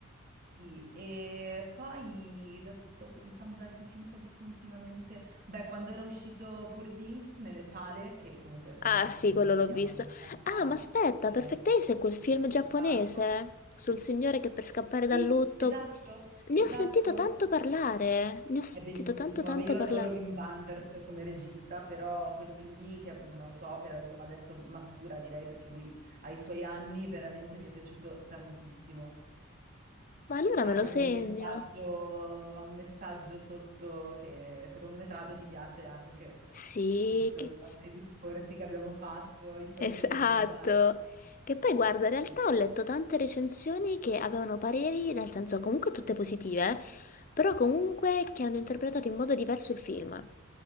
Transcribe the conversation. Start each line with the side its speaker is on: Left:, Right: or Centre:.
Right: Sì, e poi adesso sto pensando ad altri film che ho visto ultimamente. Beh, quando era uscito Poor Things nelle sale, che comunque non
Left: Ah,
Right: era così
Left: sì,
Right: di
Left: quello
Right: nicchia,
Left: l'ho visto.
Right: ma in realtà
Left: Ah, ma aspetta,
Right: eh,
Left: Perfect Days è quel film
Right: piaceva
Left: giapponese
Right: un sacco.
Left: sul signore che per scappare dal
Right: Sì,
Left: lutto.
Right: esatto,
Left: Ne
Right: esatto.
Left: ho sentito tanto parlare, ne ho sentito
Right: È bellissimo.
Left: tanto tanto
Right: Vabbè, io
Left: parlare.
Right: adoro Wim Wenders come regista, però quel film lì, che è una sua opera, insomma, adesso matura, direi, perché lui ai suoi anni veramente mi è piaciuto tantissimo.
Left: Ma allora
Right: C'era
Left: me lo
Right: proprio
Left: segno.
Right: un messaggio, ha un messaggio sotto che secondo me tra l'altro ti piace anche,
Left: Sì,
Right: visto
Left: che-
Right: i nostri discorsi che abbiamo fatto in
Left: Esatto.
Right: precedenza. anche
Left: Che poi guarda, in realtà
Right: su-
Left: ho letto tante recensioni che avevano pareri, nel senso comunque tutte positive, però comunque che hanno interpretato in modo diverso il film.